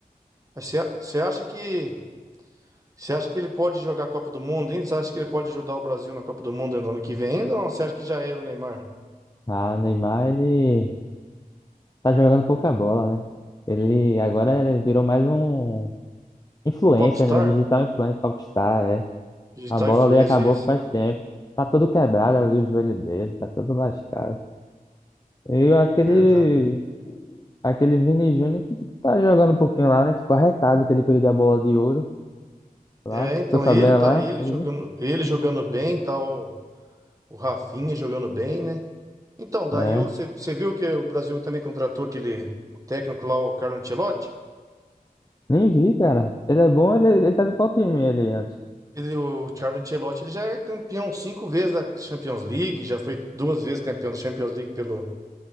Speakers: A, on the right; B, on the left.
A: Mas Você você acha que você acha que ele pode jogar a Copa do Mundo ainda? Você acha que ele pode ajudar o Brasil na Copa do Mundo no ano que vem ainda? Ou não? você acha que já era o Neymar?
B: Ah, Neymar, ele tá jogando pouca bola, né? Ele agora virou mais um influencer,
A: Um popstar?
B: né? Digital influencer popstar, é.
A: Digital
B: A bola
A: influencer,
B: ali acabou
A: isso.
B: faz tempo. Tá todo quebrado ali o joelho dele, tá todo lascado. E aquele
A: Verdade.
B: aquele Vini Júnior que tá jogando um pouquinho lá, né? Ficou arretado que ele perdeu a bola de ouro lá,
A: É, então
B: ficou sabendo
A: ele tá
B: lá,
A: ele
B: ele,
A: jogando, ele jogando bem, tá o, o Rafinha jogando bem, né? Então, daí
B: né?
A: eu- você você viu que o Brasil também contratou aquele o técnico lá, o Carlo Ancelotti?
B: Nem vi, cara. Ele é bom, ele, é, ele tava em qual time ele antes?
A: Ele, o Carlo Ancelotti, ele já é campeão cinco vezes da Champions League, já foi duas vezes campeão da Champions League pelo